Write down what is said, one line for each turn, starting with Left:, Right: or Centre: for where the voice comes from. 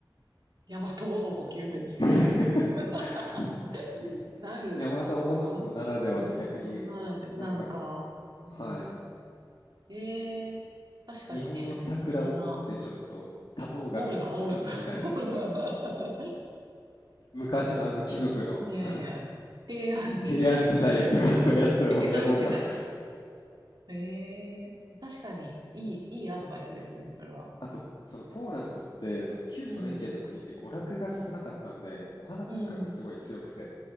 Right: ヤマトの子キュンってなるんじゃない
Left: <laughs>
Right: の <laughs> なる。
Left: 山形男ならではの逆に、
Right: まあ、こうなるんで、なんか、
Left: なんか
Right: うん。
Left: はい。
Right: ええ確かにね、
Left: 日本の桜を折ってちょっと多頭紙に包んでみたいな
Right: お花、おるな、おるな。<laughs> おるな
Left: <laughs> 昔のあの貴族のあの
Right: いやいや、平安時代
Left: 平安時代とかのやつをやろうかな
Right: <laughs> 平安時代だ。ええ確かに、いい、いいアドバイスですね、それは。
Left: <laughs> あと、そのポーランドって、その旧ソ連圏の国って娯楽が少なかったんで、
Right: うん、
Left: お花文化がすごい強くて。
Right: うん、う